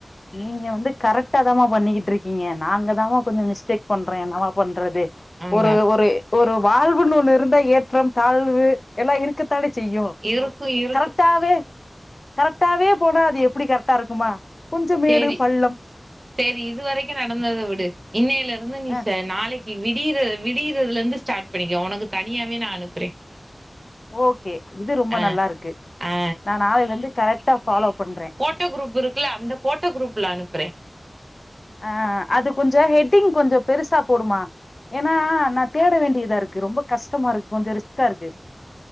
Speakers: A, on the left (about 50°); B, on the right (about 40°).
A: நீங்க வந்து கரெக்டா தாமா பண்ணிகிட்ருக்கீங்க நாங்க தாமா கொஞ்சோ மிஸ்டேக் பண்றோ என்னவா பண்றது
B: அதா
A: ஒரு ஒரு ஒரு வாழ்வுன்னு ஒன்னு இருந்தா ஏற்றம் தாழ்வு எல்லா இருக்கத்தானே செய்யு
B: இருக்கூ இரு
A: கரெக்டாவே கரெக்டாவே போனா அது எப்பிடி கரெக்டா இருக்குமா கொஞ்சம் மேடு
B: சேரி
A: பள்ளம்
B: சேரி இது வரைக்கூ நடந்தத விடு இன்னையில இருந்து நீ
A: அ
B: நாளைக்கி விடியிற விடியிறதுலருந்து ஸ்டார்ட் பண்ணிக்கோ உனக்கு தனியாவே நான் அனுப்புறே
A: ஓகே இது ரொம்ப
B: ஆ
A: நல்லாருக்கு
B: ஆ
A: நா நாளைலேர்ந்து கரெக்டா ஃபாலோ பண்றே
B: ட்ட குரூப் இருக்குல்ல அந்த கோட்ட குரூப்ல அனுப்புறே
A: ஆ அது கொஞ்சொ ஹெட்டிங் கொஞ்சொ பெருசா போடும்மா ஏன்னா நா தேட வேண்டியதா இருக்கு ரொம்ப கஷ்டமாருக்கு கொஞ்சொ ரிஸ்க்கா இருக்கு